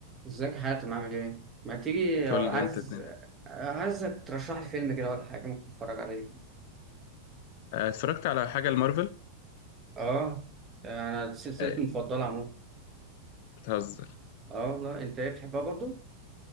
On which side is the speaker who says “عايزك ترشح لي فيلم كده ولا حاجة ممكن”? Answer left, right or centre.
Right